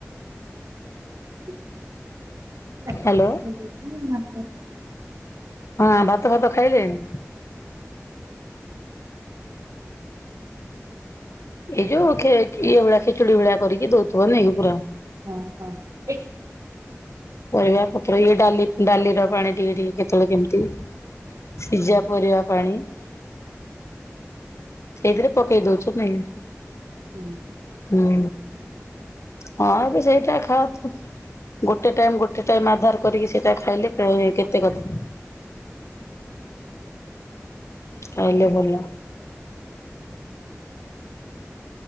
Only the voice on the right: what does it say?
ହ
ହଁ ହଁ ଏଇ କି
ହୁଁ।